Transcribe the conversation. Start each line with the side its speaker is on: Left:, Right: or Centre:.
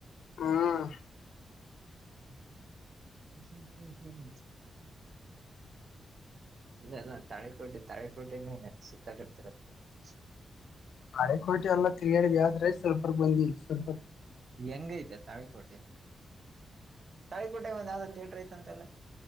Left: ಹಾ
Right: ಹ್ಮ ಹ್ಮ್ ಹ್ಮ್ ಹ್ಮ್ ಇಲ್ಲ ತಾಳೆ ಕೋಟಿ ತಾಳೆ ಕೋಟಿ ಸಾ <unintelligible>
Left: ನಾಳೆ ಕೋಟಿ ಅಲ್ಲ ತಿರಿಗಾಡಿ ವ್ಯಾಸ್ರ ಸ್ವಲ್ಪರ್ ಬಂದಿ ಸ್ವಲ್ಪ.
Right: ಹೆಂಗೈತೆ ತಾಳ ಕೋಟೇ. ತಾಯಿಕೋಟೆ ಒಂದ ಯಾವ್ದ ತೇಡ್ರಐತಂತೆಲ್ಲ.